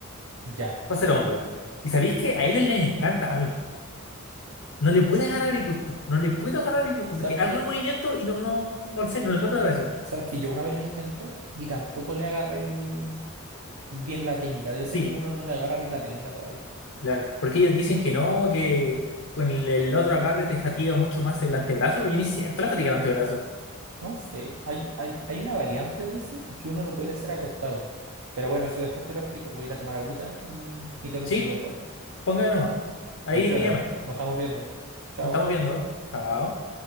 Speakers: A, on the right; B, on the left.
A: Ya.
B: para hacer hombro. ¿Y sabéis que a ellos les encanta? A mí no. No le puedo agarrar el gusto, no le puedo agarrar el gusto,
A: ¿Sabes
B: porque hago
A: qué?
B: el movimiento y no, no, no, no sé, no le encuentro la gracia.
A: ¿Sabes que yo una vez lo intenté y tampoco le agarré el- bien la técnica? De veces
B: Sí,
A: que uno no le agarra bien la técnica todavía.
B: Claro, porque ellos dicen que no, que con el, el otro agarre te fatiga mucho más el antebrazo, pero yo ni siento la fatiga del antebrazo.
A: No sé, hay, hay, hay una variante de ese que uno lo puede hacer acostado. Pero bueno, eso después te lo explico. Voy a ir a tomar agüita y, y te lo
B: Sí,
A: explico después.
B: pónganlo nomás. Ahí
A: Ya choro,
B: me llamáis.
A: nos estamos viendo. Chao.
B: Nos estamos viendo. Chao.